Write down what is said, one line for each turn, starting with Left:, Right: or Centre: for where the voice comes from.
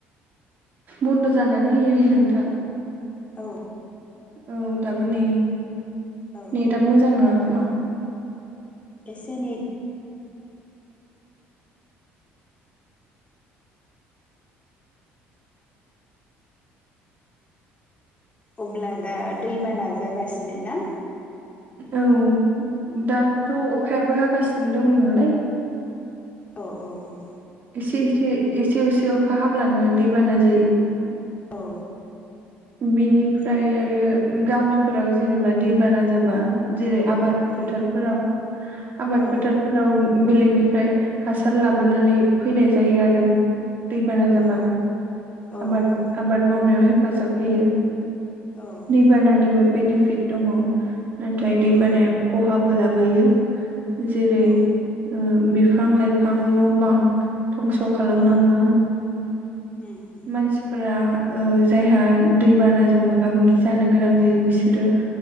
Right: बन्द' जानानै होयो नोंथां।
Left: औ।
Right: औ दाबो नै
Left: औ
Right: नेटआ मोजां नङा खोमा।
Left: एसे ने अब्ला दा दैबाना जागासिनो ना?
Right: औ दाथ' अखायाबो हागासिनो दं नालाय
Left: औ औ औ।
Right: एसे एसे एसे एसे अखा हाब्लानो दैबाना जायो।
Left: औ।
Right: बिनिफ्राय आरो गामिफोराव जेनेबा दैबाना जाबा जेरै आबाद
Left: उम
Right: फोथारफोराव आबाद
Left: औ
Right: फोथार फोराव बेलेगनिफ्राय हासार लाबोनानै फैनाय जायो आरो। दैबाना जाबा
Left: औ औ
Right: आबाद
Left: औ
Right: आबाद मावनायाव हेफाजाब होयो।
Left: औ।
Right: बानानिबो बेनिफिट दङ' नाथाय दैबानाया
Left: औ
Right: खहाबो लाबोयो। जेरै
Left: औ
Right: ओ बिफां लाइफां न' बां धंस' खालामलाङो
Left: उम उम उम
Right: मानसिफोरा ओ जायहा दै बानाजों मोगा मोगि जानो गोनां जायो बिसोरो